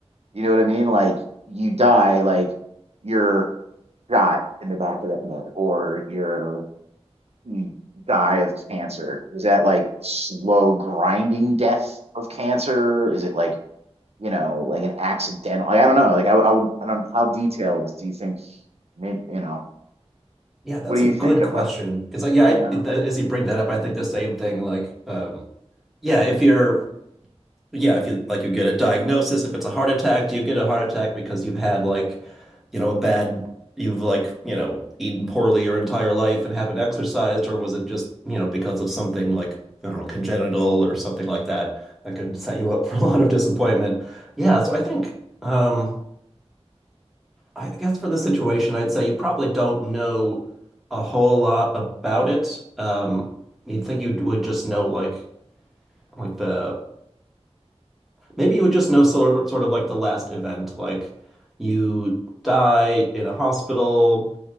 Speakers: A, on the right; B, in the centre.
A: You know what I mean? Like you die,
B: Right.
A: like you're shot in the back of the head, or you're you die of cancer. Is that like slow grinding death of cancer? Is it like you know, like an accidental? Like, I don't know. Like I, I would, I don't. How detailed do you think? Maybe you know.
B: Yeah, that's
A: What do
B: a
A: you
B: good
A: think?
B: question.
A: Uh, what-
B: Because yeah,
A: Yeah.
B: I, that, as you bring that up, I think the same thing. Like, um, yeah, if you're yeah, if you like you get a diagnosis, if it's a heart attack, do you get a heart attack because you've had like, you know, a bad you've like, you know, eaten poorly your entire life and haven't exercised, or was it just, you know, because of something like, I don't know, congenital or something like that that could set you up <laughs> for a lot of disappointment. Yeah, so I think um I guess for this situation, I'd say you probably don't know a whole lot about it. Um, you'd think you would just know like like the Maybe you would just know sort sort of like the last event, like you die in a hospital,